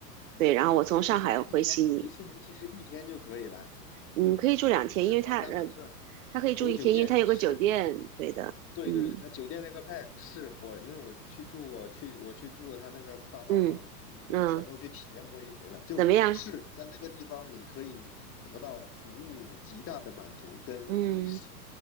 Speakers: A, on the right; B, on the left.
A: 对，然后我从上海回悉尼，
B: 迪士尼一天，迪士尼其实一天就可以了，
A: 嗯，可以住两天，
B: 就是满打满算，
A: 因为它呃，它可以住一天，
B: 有酒店是，
A: 因为它有个酒店，对的，
B: 对对对，
A: 嗯
B: 他酒店那个 pack 是我，因为我去住过，我去我去住了他那个大套房，
A: 嗯嗯，
B: 已经全都去体验过一回了，就是在那个地方你可以得到服务极大的满足，
A: 怎么样？
B: 跟你是
A: 嗯，